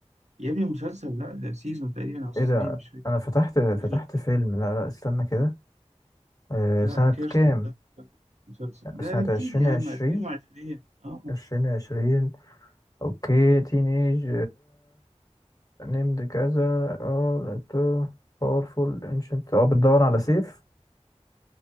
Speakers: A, on the right; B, on the left.
A: يا ابني مسلسل لا ده سيزون تقريبا أو سيزونين
B: ايه ده
A: مش فاكر
B: انا فتحت فتحت
A: سيزون
B: فيلم لا لا استنى كده آه
A: لا
B: سنة
A: كيرسد
B: كام
A: ده ده مسلسل ده
B: سنة
A: ده جديد
B: عشرين
A: يا
B: عشرين
A: عم 2020 آه
B: عشرين عشرين اوكي تينيج named كذا اه لقيته powerful ancient اه بتدور على سيف